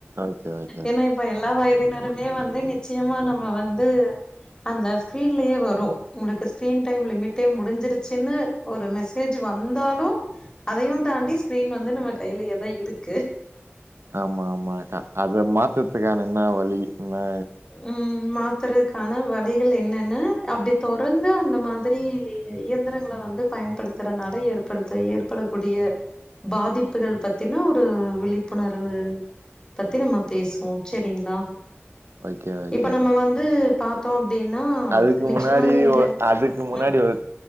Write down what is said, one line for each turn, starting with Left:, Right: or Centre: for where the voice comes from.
Right: ஓகே ஓகேக்கா
Left: ஏன்னா இப்ப எல்லா வயதினருமே வந்து நிச்சயமா நம்ம வந்து அந்த ஸ்கிரீன்லயே வரு உங்களுக்கு ஸ்கிரீன் டைம் லிமிட் டைம் முடிஞ்சிருச்சுன்னு ஒரு மெசேஜ் வந்தாலு அதையு தாண்டி ஸ்கிரீன் வந்து நம்ம கையிலயேதா இருக்கு
Right: ஆமா ஆமாக்கா அத மாத்ததுக்கான என்ன வழி என்ன
Left: ம் மாத்துறதுக்கான வழிகள் என்னன்னு அப்டி தொடர்ந்து அந்த மாதிரி இயந்திரங்கள வந்து பயன்ப ஏற்படுத்துற நிலை ஏற்படுத்த ஏற்படக்கூடிய பாதிப்புகள் பத்தின ஒரு விழிப்புணர்வு பத்தி நம்ம பேசுவோ சரிங்களா
Right: ஓகே ஓகே
Left: இப்ப நம்ம வந்து பாத்தோ அப்டின்னா
Right: அதுக்கு
Left: நிச்சயமா
Right: முன்னாடி
Left: நீங்க
Right: ஒ அதுக்கு முன்னாடி
Left: ம்
Right: ஒரு